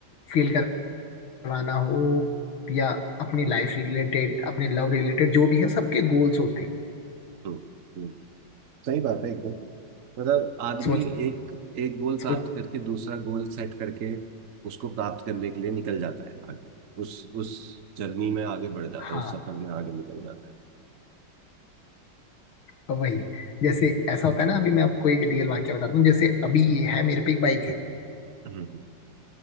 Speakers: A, on the left; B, on the right.
A: फील करवाना हो या अपनी लाइफ रिलेटेड अपने लव रिलेटेड जो भी है सबके गोल्स होते हैं
B: हम्म, हम्म। सही बात है एकदम मतलब आदमी
A: सोच
B: एक एक गोल प्राप्त
A: सोच
B: करके दूसरा गोल सेट करके उसको प्राप्त करने के लिए निकल जाता है आगे उस उस जर्नी में आगे बढ़ जाता
A: हाँ
B: है उस सफर में आगे निकल जाता है
A: तो वही जैसे ऐसा होता है ना अभी मैं आपको एक रियल वाक्य बताता हूँ जैसे अभी ये है मेरे पे एक बाइक है
B: हम्म